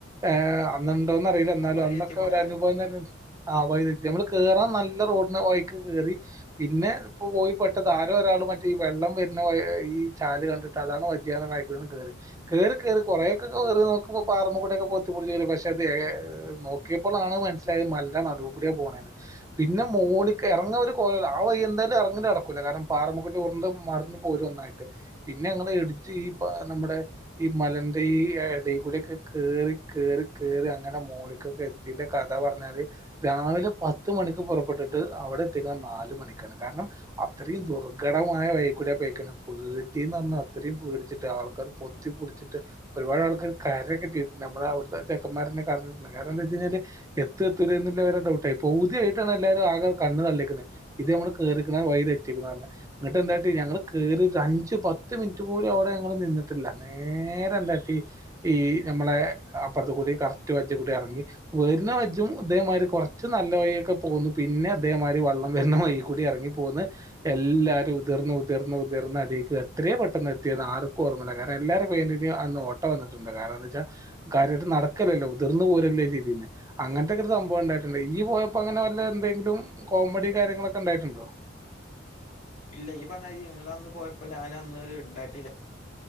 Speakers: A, on the right; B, on the left.
A: ഏഅന്നുണ്ടോന്ന്റിയില്ല
B: ആഹ്
A: എന്നാലും
B: വഴിതെറ്റി
A: അന്നൊക്കെ
B: പോയതായിരിക്കും
A: ഒരു അനുഭവം തന്നെ ആ വൈയ് തെറ്റി ഞമ്മള് കേറാൻ നല്ല റോഡിന് വൈക്ക് കറി പിന്നെ ഇപ്പൊ പോയി പെട്ടത് ആാര ഒരാൾ മറ്റേ ഈ വെള്ളം വരുന്ന ഈ ചാല് കണ്ടിട്ട് അതാണ് വച്ച് അയ്കുട്ടേണ്ട് കേറി കേറി കേറി കുറേക്കെ കേറി നോക്കുമ്പ പാറമമ്മക്കുട്ടിയൊക്കെ പൊത്തിപ്പൊടിച്ചുരും പക്ഷെ അത് ഏ നോക്കിയപ്പോളാണ് മനസ്സിലായത് മല്ല നടുവ കൂടിയാ പോണേന്ന് പിന്നെ മോടി ഇറങ്ങ ഒരു കൊവല്ല ആ വൈ്യ എന്തായാലും ഇറങ്ങി അടക്കൂല്ല കാരണം പാറമക്കുട്ടി ഉറണ്ട് മറിഞ്ഞ് പോരും ഒന്നായിട്ട്. പിന്നെ ഞൾ എടിച്ച് ഈ നമ്മുടെ ഈ മലന്റെ ഈ എടെകൂടെക്കെ കേറി കേറി കേറി അങ്ങനെ മോളിക്കൊക്കെ എത്തിന്റെ കഥ പറഞ്ഞാല് രാവിലെ പത്ത് മണിക്ക് പുറപ്പെട്ടിട്ട് അവിടെ എത്തിക്കുന്ന നാല മണിക്കാണ് കാരണം അത്രയും ദുർഘടമായവായി ക്കു ടെ പോയിക്കണ് പേ <unintelligible> പറഞ്ഞ അത്രയും പേടിച്ചിട്ട് ആൾക്കാർ പൊത്തിപ്പൊടിച്ചിട്ട് ഒരുപാട് ആൾക്കാര് കരയെക്കെ ചെയ്തിട്ട്ണ്ട് നമ്മള അവിടുത്തെ ചെക്കമാരെന്നെ കരഞ്ഞിട്ടുണ്ട് കാരണം എന്താന്ന് വെച്ച് കഴിഞ്ഞാല് എത്തുവോ എത്തില്ലയോ എന്നുള്ള ഡൗട്ടേ തിയായിട്ടാണ് എല്ലാവരും ആകെ കണ്ണ് തള്ളീക്കണ് ഇത് നമ്മള് കേറിക്കണ വൈ തെറ്റിക്കണ് പറഞ്ഞ് ഇന്നിട്ട് ന്താ കാട്ടിയേ ഞങ്ങള് കേറി ഒര് അഞ്ച് പത്ത് മിനിറ്റ് കൂടി അവിടെ ഞങ്ങ നിന്നിട്ടില്ല. നേരെ എന്താട്ട ഈ നമ്മളെ അപ്പറത്ത കൂടി കറക്റ്റ് വജ്ജം കൂടി ഇറങ്ങി വരുന്ന വജ്ജയും അതേമാതിരി കുറച്ച് നല്ല വഴിയൊക്കെ പോന്നു. പിന്നെ അതേമാതിരി വെള്ളം വരുന്ന വഴി കൂടി ഇറങ്ങി പോന്ന് എല്ലാവാരും ഉതിർന്ന് ഉതിർന്ന് ഉതിർന്ന് അടിക്ക് എ എത്രയും പെട്ടെന്ന് എത്തിയന്ന് ആർക്കും ഓമ്മല്ല കാരണം എല്ലാരും വേണ്ടന് അന്ന് ഓട്ട വന്നിട്ടുണ്ട് കാരണം എ വെച്ചാൽ കാര്യമായിട്ട് നടക്കലല്ലോ ഉതിർന്നു പോരുല്ലോ ചെയീതിന്നെ അങ്ങനത്തെൊക്കെ ഒരു സംഭവം ഉണ്ടായിട്ടുണ്ട്. ഈ പോയപ്പോ അങ്ങനെ വല്ല എന്തെങ്കിലും കോമഡി കാര്യങ്ങളൊക്കെ ഉണ്ടായിട്ടുണ്ടോ.
B: ഇല്ല ഈ പറഞ്ഞാ ഇങ്ങ അന്ന് പോയപ്പോ ഞാൻ അന്ന് ഇണ്ടായിട്ടില്ല.